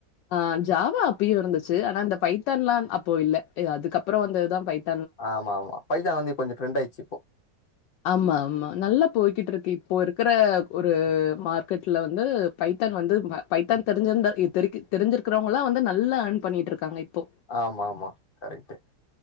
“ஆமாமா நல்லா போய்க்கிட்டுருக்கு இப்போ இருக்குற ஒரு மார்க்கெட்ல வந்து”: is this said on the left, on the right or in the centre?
Left